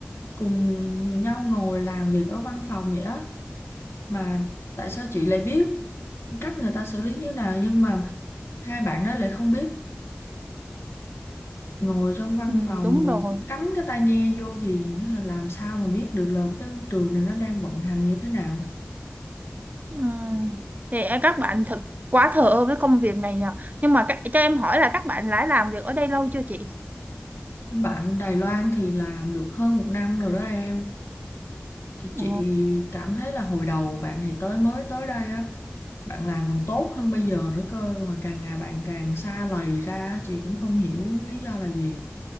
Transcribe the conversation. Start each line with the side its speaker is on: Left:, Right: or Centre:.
Left: cùng nhau ngồi làm việc ở văn phòng vậy á mà tại sao chị lại biết cách người ta xử lý như nào nhưng mà hai bạn đó lại không biết ngồi trong văn
Right: Ừ,
Left: phòng
Right: đúng
Left: rồi
Right: rồi.
Left: cứ cắm cái tai nghe vô thì làm sao mà biết được là cái trường này nó đang vận hành như thế nào
Right: Ừ. Thì em- các bạn thật quá thờ ơ với công việc này nhờ. Nhưng mà các, cho em hỏi là các bạn đã làm việc ở đây lâu chưa chị?
Left: bạn Đài Loan thì làm được hơn một năm rồi đó em thì
Right: Ừ.
Left: chị cảm thấy là hồi đầu bạn này tới mới tới đây á bạn làm còn tốt hơn bây giờ nữa cơ mà càng ngày bạn càng xa lầy ra á, chị cũng không hiểu lý do là gì